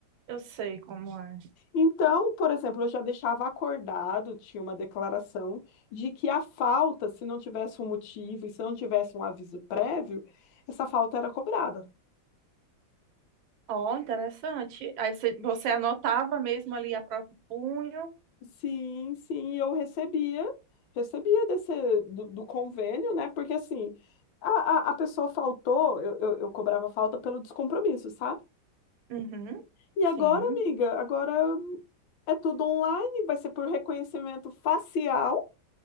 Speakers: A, on the right; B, on the left.
A: Eu sei como é.
B: Então, por exemplo, eu já deixava acordado, tinha uma declaração de que a falta, se não tivesse um motivo e se não tivesse um aviso prévio, essa falta era cobrada.
A: Ó, interessante. Aí você, você anotava mesmo ali a próprio punho?
B: Sim, sim, eu recebia, recebia desse, do, do convênio, né? Porque assim, a, a, a pessoa faltou, eu, eu, eu cobrava falta pelo descompromisso, sabe?
A: Uhum.
B: E agora,
A: Sim.
B: amiga, agora é tudo online, vai ser por reconhecimento facial.